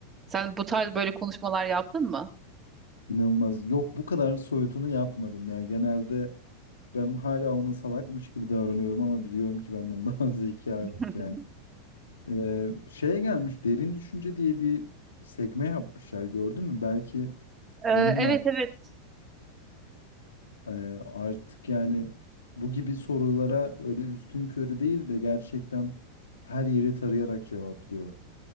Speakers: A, on the right (about 25°); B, on the left (about 80°).
A: Sen bu tarz böyle konuşmalar yaptın mı?
B: inanılmaz. Yok bu kadar soyutunu yapmadım ya. Genelde ben hala ona salakmış gibi davranıyorum ama biliyorum ki benden <laughs> daha zeki artık
A: <laughs>
B: yani. Ee, şeye gelmiş derin düşünce diye bir sekme yapmışlar gördün mü? Belki
A: Ee,
B: onunla
A: evet evet.
B: e, artık yani bu gibi sorulara öyle üstün körü değil de gerçekten her yeri tarayarak cevaplıyor.